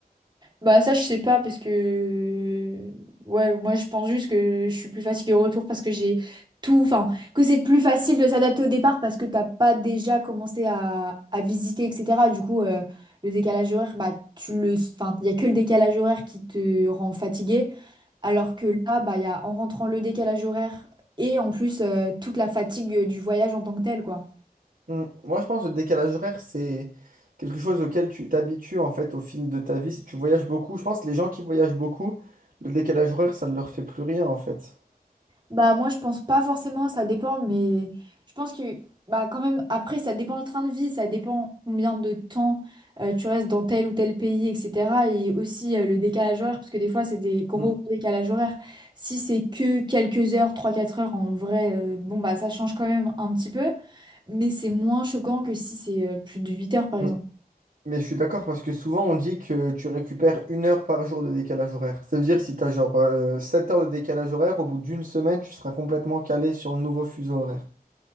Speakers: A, on the right; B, on the right.
A: Bah ça je sais pas parce que ouais moi je pense juste que je suis plus fatiguée au retour parce que j'ai tout enfin que c'est plus facile de s'adapter au départ parce que t'as pas déjà commencé à, à visiter etc. Du coup euh, le décalage horaire bah tu le enfin il y a que le décalage horaire qui te rend fatigué alors que là bah il y a en rentrant le décalage horaire et en plus euh, toute la fatigue du voyage en tant que tel quoi.
B: Mm. Moi, je pense que le décalage horaire, c'est quelque chose auquel tu t'habitues en fait au fil de ta vie. Si tu voyages beaucoup, je pense que les gens qui voyagent beaucoup, le décalage horaire, ça ne leur fait plus rien en fait.
A: Bah moi je pense pas forcément, ça dépend, mais je pense que bah quand même après ça dépend le train de vie, ça dépend combien de temps euh, tu restes dans tel ou tel pays, etc. Et aussi euh, le décalage horaire, parce que des fois c'est des gros
B: Mm,
A: décalages horaires. Si c'est que quelques heures, trois quatre heures en vrai, euh, bon bah ça change quand même un petit peu, mais c'est moins choquant que si c'est euh, plus de 8 heures par exemple.
B: mm. Mais je suis d'accord parce que souvent on dit que tu récupères une heure par jour de décalage horaire. Ça veut dire si tu as genre euh, 7 heures de décalage horaire, au bout d'une semaine, tu seras complètement calé sur le nouveau fuseau horaire.